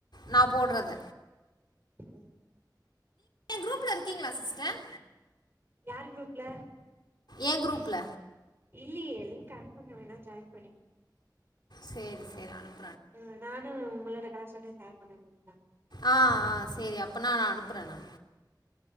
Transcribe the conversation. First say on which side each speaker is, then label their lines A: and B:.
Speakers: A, on the left; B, on the right.
A: நா போடுறத
B: ம்
A: எ குரூப்ல இருக்கீங்களா சிஸ்டர்
B: யாரு குரூப்ல
A: ஏ குரூப்ல
B: இல்லியே லிங்க் அனுப்புங்க வேணா ஜாயின் பண்ணி
A: சேர் சேர் அனுப்
B: ஆ நானு உங்களோட கடை சொல்லி ஷேர் பண்ணுவீங்ளா
A: ஆ ஆ செரி அப்ப நா அனுபுற நா